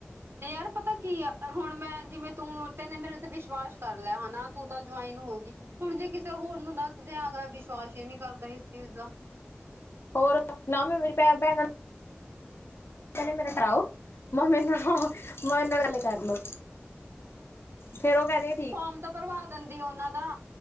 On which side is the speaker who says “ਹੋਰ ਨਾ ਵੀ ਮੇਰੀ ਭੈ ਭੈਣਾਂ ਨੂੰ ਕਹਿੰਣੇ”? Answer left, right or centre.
Left